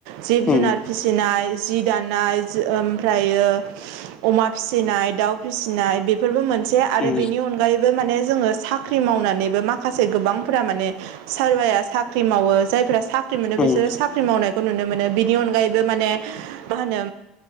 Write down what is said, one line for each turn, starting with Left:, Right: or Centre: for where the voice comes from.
Right: जिब
Left: उम
Right: जुनार फिसिनाय जि दानाय ओमफ्रायो अमा फिसिनाय दाउ फिसिनाय बेफोरबो मोनसे आरो
Left: उम
Right: बेनि अनगायैबो माने जोङो साख ख्रि मावनानैबो माखासे गोबांफ्रा माने सोरबाया साख्रि मावो जायफ्रा साख्रि मोनो बिसोरो
Left: उम
Right: साख्रि मावनायखौ नुनो मोनो बिनि अनगायैबो माने मा होनो